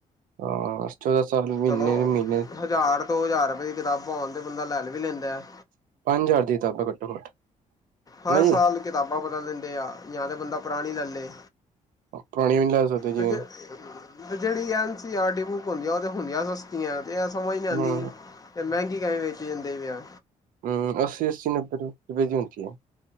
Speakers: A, on the right; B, on the left.
A: ਹਾਂ, ਚੌਦਾਂ ਹਜਾਰ ਮਹੀਨੇ
B: ਚਲੋ
A: ਦੇ ਮਹੀਨੇ।
B: ਹਜ਼ਾਰ ਤੋਂ ਹਜ਼ਾਰ ਰੁਪਏ ਦੀ ਕਿਤਾਬਾਂ ਆਉਣ ਤੇ ਬੰਦਾ ਲੈ ਵੀ ਲੈਂਦਾ ਹੈ।
A: ਪੰਜ ਹਜ਼ਾਰ ਦੀ ਕਿਤਾਬਾਂ ਘੱਟੋ ਘੱਟ।
B: ਹਰ
A: ਹਨਾ ਜੀ
B: ਸਾਲ ਕਿਤਾਬਾਂ ਬਦਲ ਦਿੰਦੇ ਆ ਜਾਂ ਤਾਂ ਬੰਦਾ ਪੁਰਾਣੀ ਲੈ ਲੇ।
A: ਪੁਰਾਣੀਆਂ ਵੀ ਨਹੀਂ ਲੈ ਸਕਦੇ ਜਿਵੇਂ।
B: ਤੇ ਜੇ ਤੇ ਜਿਹੜੀ N C R T book ਹੁੰਦੀਆਂ ਉਹ ਤੇ ਹੁੰਦੀਆਂ ਸਸਤੀਆਂ ਤੇ ਇਹ ਸਮਝ ਨੀ ਆਉਂਦੀ।
A: ਹਾਂ
B: ਤੇ ਮਹਿੰਗੀ ਕਾਤੇ ਵੇਚੀ ਜਾਂਦੇ ਪਏ ਆ।
A: ਹਮ ਅੱਸੀ ਅਸੀ ਨੱਬੇ ਰੁਪਏ ਦੀ ਹੁੰਦੀਆਂ।